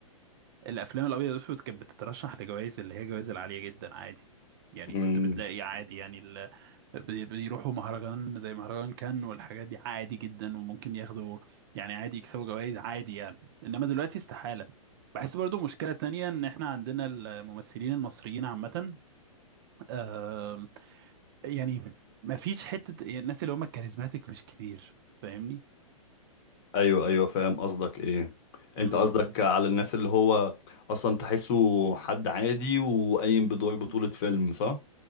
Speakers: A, on the right (about 40°); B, on the left (about 40°).
A: الافلام الابيض والاسود كانت بتترشح لجوائز اللي هي جوائز العاليه جدا عادي يعني
B: مم.
A: كنت بتلاقي عادي يعني ال... بي- بيروحوا مهرجان زي مهرجان كان والحاجات دي عادي جدا وممكن ياخدوا يعني عادي يكسبوا جوائز عادي يعني انما دلوقتي استحاله بحس برضو مشكلة تانية ان احنا عندنا الممثلين المصريين عامة آه يعني ما فيش حتة الناس اللي هم الكاريزماتيك مش كتير فاهمني؟
B: أيوه أيوه فاهم قصدك إيه
A: م-
B: أنت
A: م-
B: قصدك على الناس اللي هو أصلا تحسه حد عادي وقايم بدور بطولة
A: م.
B: فيلم صح؟